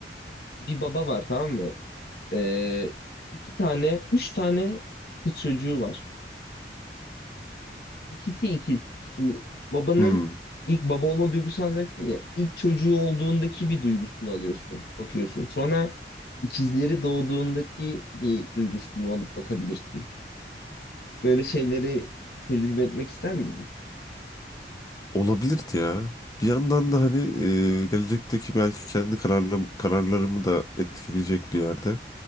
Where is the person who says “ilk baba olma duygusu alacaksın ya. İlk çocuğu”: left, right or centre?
Left